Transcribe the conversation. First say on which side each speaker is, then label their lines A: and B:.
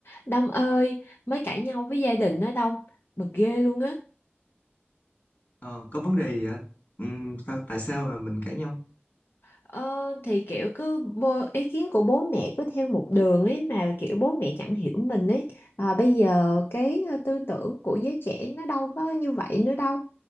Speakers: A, on the left; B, on the left.
A: Đông ơi, mới cãi nhau với gia đình đó Đông, bực ghê luôn á.
B: Ờ, có vấn đề gì ạ? Ừm, sao, tại sao mà mình cãi nhau?
A: Ờ, thì kiểu cứ bô- ý kiến của bố mẹ cứ theo một đường ấy mà kiểu bố mẹ chẳng hiểu mình ấy. À, bây giờ cái ờ, tư tưởng của giới trẻ nó đâu có như vậy nữa đâu.